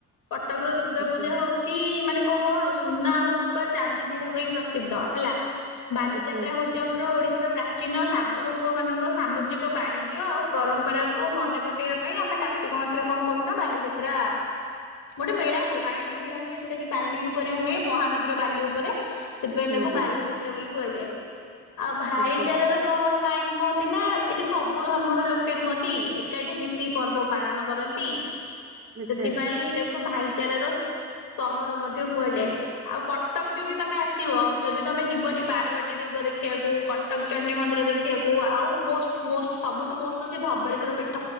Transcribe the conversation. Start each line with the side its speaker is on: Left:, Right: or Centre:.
Left: କଟକ ର ଦୁର୍ଗା
Right: ଆଚ୍ଛା।
Left: ପୂଜା ହଉ ଚି ମାନେ କଣ କଣ ସୁନା ଆଉ ରୂପା ଚାନ୍ଦି ମେଢ ପାଇଁ ପ୍ରସିଦ୍ଧ ହେଲା। ବାଲିଯାତ୍ରା
Right: ଆଚ୍ଛା
Left: ହଉଛି ଆମର ଓଡିଶାର ପ୍ରାଚୀନ ସାଧବ ପୁଅ ମାନଙ୍କ ସାମୁଦ୍ରିକ ବାଣିଜ୍ୟ ଆଉ ପରମ୍ପରାକୁ ମନେ ପକେଇବା ପାଇଁ ଆମେ କା କାର୍ତ୍ତିକ ମାସରେ କଣ କରୁନା ନା ବାଲିଯାତ୍ରା ଗୋଟେ ମେଳା ହୁଏ ବାଣିଜ୍ୟ ମେଳା ହୁଏ ଯୋଉଟା କି ବାଲି ଉ ଉପରେ ହୁଏ ମହାନଦୀର ବାଲି ଉପରେ ସେଥିପାଇଁ
Right: ହୁଁ
Left: ତାକୁ
Right: ହୁଁ
Left: ବାଲି ଯାତ୍ରା ବୋଲି କୁହାଯାଏ। ଆଉ ଭାଇଚାର
Right: ଆଚ୍ଛା
Left: ର ସହର କାହିଁକି କହନ୍ତି ନା ଏଠି ସବୁ ଧର୍ମର ଲୋକେ ରୁହନ୍ତି ଏକାଠିମିଶି ପର୍ବ ପାଳନକରନ୍ତି। <inaudible>
Right: ଆଚ୍ଛା
Left: ସେଥିପାଇଁ ଏଇଟାକୁ ଭାଇଚାର ର ସହର ମଧ୍ୟ କୁହାଯାଏ ଆଉ କଟକ ଯଦି ତମେ ଆସିବ ଯଦି ତମେ ଯିବନି ବାରବାଟୀ ଦୁର୍ଗ ଦେଖିବାକୁ କଟକ ଚଣ୍ଡୀମନ୍ଦିର ଦେଖିବାକୁ ଆଉ ମୋଷ୍ଟ ମୋଷ୍ଟ ସବୁଠୁ ମୋଷ୍ଟ ହଉଛି ଧବଳେଶ୍ଵର ପୀଠ।